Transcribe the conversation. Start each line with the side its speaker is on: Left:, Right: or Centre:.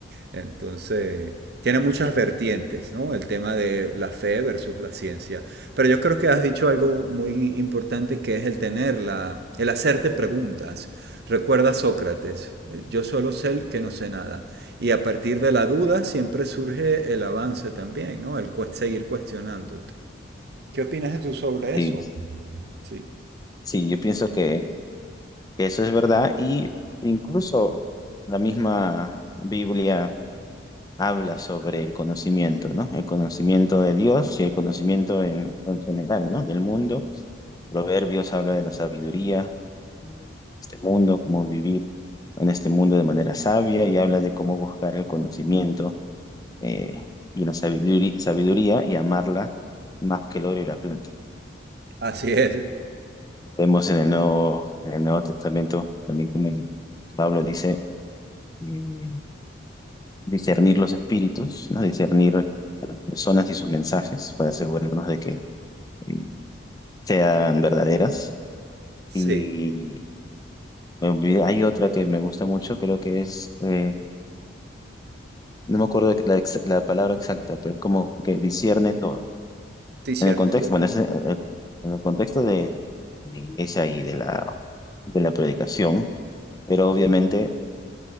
Right: Entonces, tiene muchas vertientes, ¿no? El tema de la fe versus la ciencia. Pero yo creo que has dicho algo muy importante que es el tener la, el hacerte preguntas. Recuerda Sócrates, yo solo sé el que no sé nada. Y a partir de la duda siempre surge el avance también, ¿no? El cu- seguir cuestionándote. ¿Qué opinas tú sobre
Left: Sí,
Right: eso? Sí.
Left: Sí, yo pienso que, que eso es verdad y incluso la misma Biblia habla sobre el conocimiento, ¿no? El conocimiento de Dios y el conocimiento en, en general, ¿no? Del mundo. Proverbios habla de la sabiduría, este mundo, cómo vivir en este mundo de manera sabia y habla de cómo buscar el conocimiento eh, y la sabiduría, sabiduría y amarla más que el oro y la plata.
Right: Así es.
Left: Vemos en el Nuevo, en el Nuevo Testamento también como Pablo dice, mm, discernir los espíritus, ¿no? Discernir a las personas y sus mensajes para asegurarnos de que mm, sean verdaderas. Y
Right: Sí.
Left: me olvidé- hay otra que me gusta mucho, creo que es, eh, no me acuerdo la, ex- la palabra exacta, pero es como que discierne todo.
Right: Te cierne
Left: En el contexto,
Right: todo.
Left: bueno, ese es el- en el contexto de la iglesia y de la, de la predicación, pero obviamente